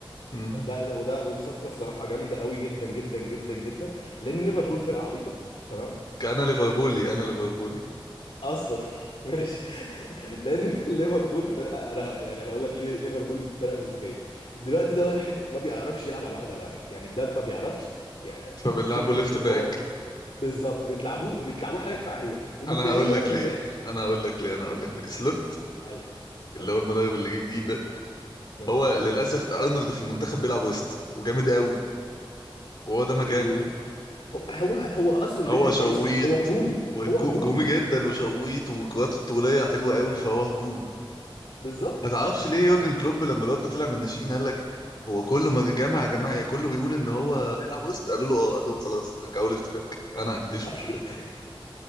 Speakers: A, on the left (about 55°); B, on the left (about 85°).
A: امم
B: ده, ده وده ودي صفقه الصراحه جامده قوي جدا جدا جدا جدا لان ليفربول فرقه عبيطه تمام
A: انا ليفربولي انا ليفربولي
B: اصلا <laughs> ماشي <laughs> لان ليفربول فرقه انا يعني هقول لك ليه ليفربول فرقه مش ذكيه دلوقتي ده واحد ما بيعرفش يلعب على واحد على واحد يعني ده ما بيعرفش يعني
A: فبنلعبه
B: فكره
A: ليفت
B: ان
A: باك
B: هو بالظبط بتلعبوه بتلعبوه حاجه دفاعيه ومتضايقين
A: انا هقول
B: ان هو
A: لك
B: ما بيدافعش
A: ليه انا هقول لك ليه انا هقول لك ليه سلوت
B: ايوه ايوه
A: اللي هو المدرب اللي جه جديد ده
B: أمم.
A: هو للاسف ارنولد في المنتخب بيلعب وسط وجامد قوي وهو ده مكانه
B: بيقو هو هو هو اصلا
A: هو
B: رجله
A: شويت
B: كويسه هو هجومي
A: وهجوم
B: هو هجومي
A: هجومي جدا وشويت وكرات الطوليه حلوه قوي فهو هجومي
B: بالظبط
A: ما تعرفش ليه يورجن كلوب لما الواد ده طلع من الناشئين قال لك هو كله ما جامع يا جماعه يعني كله بيقول ان هو يلعب وسط قالوا له اه قال لهم خلاص رجعوا ليفت باك انا هكتشفه
B: <laughs>
A: في الليفت باك